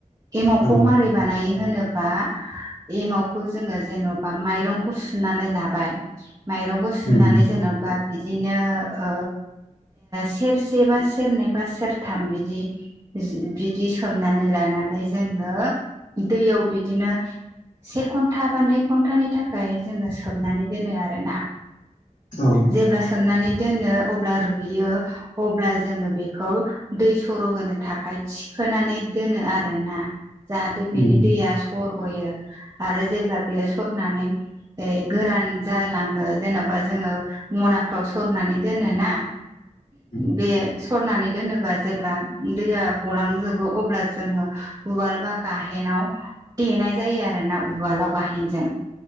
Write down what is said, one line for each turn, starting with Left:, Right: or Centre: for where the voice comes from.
Right: एमावखौ
Left: औ
Right: मारै बानायो होनोबा एमावखौ जोंङो जेन'बा माइरंखौ सुनानै लाबाय माइरंखौ सुनानै
Left: उम
Right: जेन'बा बिदिनो ओ सेरसे बा सेरनै बा सेरथाम बिदि बिदि सोमनानै लानानै जोंङो दैयाव बिदिनो से घन्टा बा नै घन्टानि थाखाय जोंङो सोमनानै दोनो आरोना
Left: औ
Right: जेब्ला सोमनानै दोनो अब्ला रुयो अब्ला जोङो बेखौ दै सर' होनो थाखाय थिखोयो थिखोनानै दोनो आरो ना जाहाथे बिनि
Left: उम
Right: दैया सरग'यो आरो जेब्ला बेयो सरनानै ए गोरान जालाङो। जेन'बा जोङो मनाफ्राव सरनानै दोनोना।
Left: उम
Right: बे सरनानै दोनोबा जेब्ला दैया गलांजोबो अब्ला जोङो। उवाल बा गाहेनाव देनाय जायो आरो ना उवालाव गाहेनजों।